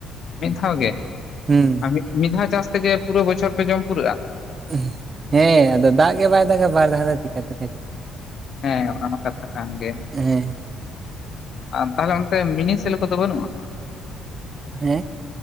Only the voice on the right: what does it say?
ᱦᱩᱸ᱾
ᱩᱦ ᱦᱮᱸ ᱟᱫᱚ ᱫᱟᱜ ᱜᱮ ᱵᱟᱭ ᱫᱟᱜᱟ ᱵᱟᱨ ᱫᱷᱟᱣ ᱫᱚ ᱪᱤᱠᱟᱹ ᱛᱮᱞᱮ
ᱦᱮᱸ
ᱦᱮᱸ?